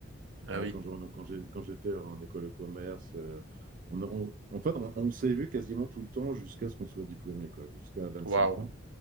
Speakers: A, on the right; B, on the right.
A: Ah
B: Euh,
A: oui.
B: quand j'en- quand j'ai- quand j'étais en école de commerce, euh, on, on- en fait, on, on s'est vu quasiment tout le temps jusqu'à ce qu'on soit diplômé, quoi, jusqu'à 25
A: Waouh.
B: ans.